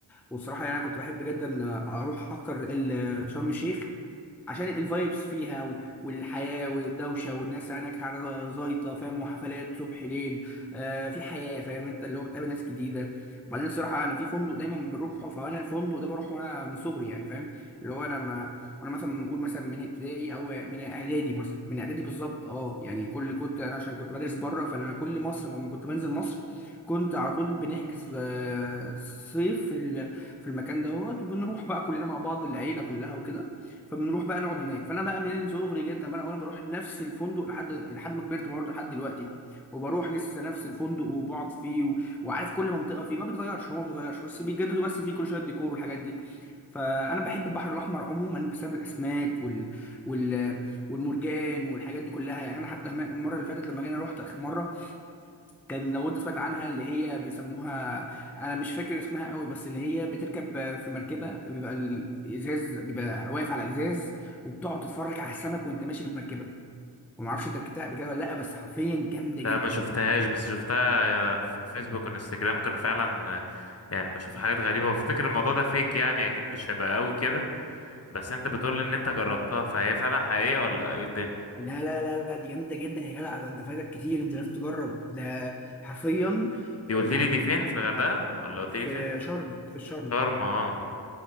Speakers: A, in the centre; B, on the left.
A: والصراحه يعني انا كنت بحب جدا اروح اكتر ال- شرم الشيخ عشان الفايبس فيها و- والحياة والدوشة والناس هناك على زايطة فاهم وحفلات صبح ليل آه في حياة فاهم انت اللي هو بتقابل ناس جديدة وبعدين الصراحة انا في فندق دايما بروحه فانا الفندق ده بروحه وانا من صغري يعني فاهم اللي هو انا ما انا مثلا بقول مثلا من ابتدائي او من اعدادي مثلا من اعدادي بالظبط اه يعني كل كنت انا عشان كنت بدرس بره فانا كل مصر لما كنت بنزل مصر كنت على طول بنحجز آه، صيف في ال- في المكان دوت وبنروح بقى كلنا مع بعض العيلة كلها وكده فبنروح بقى نقعد هناك فانا بقى من صغري جدا بقى وانا بروح نفس الفندق لحد لحد ما كبرت برضه لحد دلوقتي وبروح لسه نفس الفندق وبقعد فيه و... وعارف كل منطقه فيه ما بيتغيرش هو ما بيتغيرش بس بيجددوا بس فيه كل شويه الديكور والحاجات دي فانا بحب البحر الاحمر عموما بسبب الاسماك وال... وال... والمرجان والحاجات دي كلها يعني انا حتى المره اللي فاتت لما جينا رحت اخر مره كان لو انت سمعت عنها اللي هي بيسموها انا مش فاكر اسمها قوي بس اللي هي بتركب في مركبه بيبقى الازاز بيبقى واقف على ازاز وبتقعد تتفرج على السمك وانت ماشي بالمركبه وما اعرفش انت ركبتها قبل كده ولا لا بس حرفيا جامده
B: لا
A: جدا
B: ما شفتهاش بس شفتها في الفيسبوك والانستجرام كانوا فعلا يعني بشوف حاجات غريبة وافتكر الموضوع ده فيك يعني اكيد مش هيبقى قوي كده بس انت بتقول
A: مم.
B: ان انت جربتها فهي فعلا حقيقية ولا ايه الدنيا
A: لا لا لا لا دي جامده جدا يا جدع ده انت فايتك كتير انت لازم تجرب ده حرفيا
B: دي
A: آه،
B: قلت
A: يعني
B: لي دي فين في الغردقة ولا قلت
A: في
B: لي فين
A: شرم في الشرم
B: شرم اه